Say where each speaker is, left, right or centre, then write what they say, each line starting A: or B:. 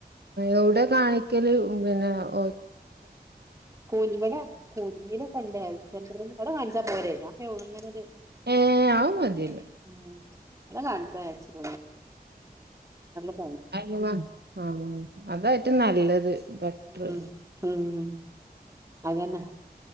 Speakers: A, on the right; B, on the right.
A: എവിടെ കാണിക്കല് വ <unintelligible>
B: ഇ ഇവിടെലന കണ്ട് <unintelligible> ഹെൽത്ത് സെന്റർ ഇവിടെ കാണിച്ചൽ പോരെ ഞാൻപ്പ ഒ ഉങ്ങനത്
A: ഏഹ് അത് മതിയല്ലോ
B: <unintelligible> ഉ <unintelligible> ഇവിടെ കാണിച്ച <inaudible>
A: <unintelligible> ആ ആ അതായി നല്ലത് ബെറ്ററ്
B: മം മ് അത് തന്നെ